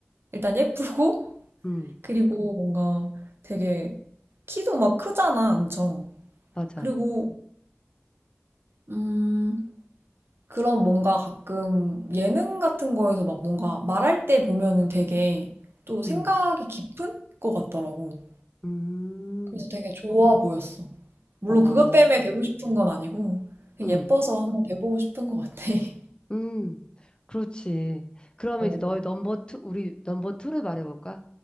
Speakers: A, on the right (about 70°); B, on the left (about 25°).
A: 일단 예쁘고, <laughs>
B: 응,
A: 그리고 뭔가 되게, 키도 막 크잖아, 엄청.
B: 맞아.
A: 그리고, 음, 그런 뭔가 가끔 예능 같은 거에서 막 뭔가 말할 때 보면은 되게 또 생각이
B: 응,
A: 깊은 것 같더라고.
B: 음,
A: 그래서 되게 좋아 보였어. 물론
B: 어,
A: 그것 때문에 되고 싶은 건 아니고, 그냥
B: 응.
A: 예뻐서 한번 돼보고 싶은 것 같아. <laughs>
B: 음, 그렇지. 그러면
A: 어,
B: 이제 너의 넘버 투, 우리 넘버 투를 말해볼까?